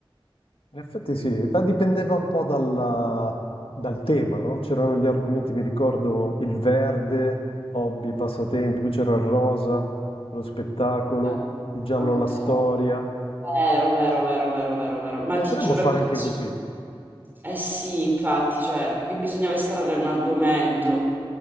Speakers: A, on the left; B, on the right.
A: In effetti sì, ma dipendeva un po' dalla- dal tema, no? C'erano gli argomenti, mi ricordo il verde, hobby, passatempi, poi c'era il rosa, lo spettacolo,
B: Ah,
A: il giallo,
B: Ok,
A: la storia.
B: vero, vero, vero, vero, vero, vero. Ma
A: Potremmo
B: ti giuro,
A: fare
B: è perché
A: anche
B: so-
A: così.
B: Eh sì, infatti, cioè, che bisognava estrarre un argomento